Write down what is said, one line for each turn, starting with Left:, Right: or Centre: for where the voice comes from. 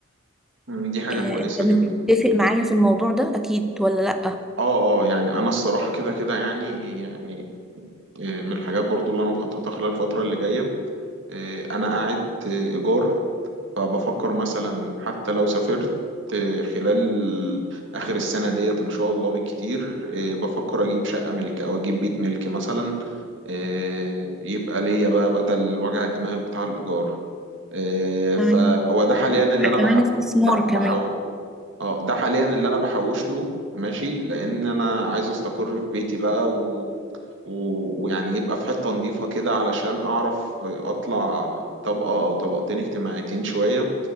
Right: مم، دي حاجة
Centre: آه،
Right: كويسة
Centre: انت
Right: جدا
Centre: متفق معايا في الموضوع ده اكيد ولا لأ
Right: اه اه يعني انا الصراحه كده كده يعني يعني آه، من الحاجات برضو اللي انا مخططها خلال الفتره اللي جايه آه، انا قاعد آه، ايجار فبفكر مثلا حتى لو سافرت آه، خلال اخر السنه ديت ان شاء الله بالكتير آه، بفكر اجيب شقه ملك او اجيب بيت ملك مثلا آه، يبقى ليا بقى بدل وجع الدماغ بتاع الايجار آه، فهو
Centre: تمام
Right: ده حاليا
Centre: يبقى
Right: اللي انا
Centre: كمان استثمار
Right: بحقق
Centre: كمان
Right: اه ده حاليا اللي انا بحوش له ماشي لان انا عايز استقر في بيتي بقى و... و... ويعني يبقى في حتة نظيفة كده علشان اعرف اطلع طبقة او طبقتين اجتماعيتين شوية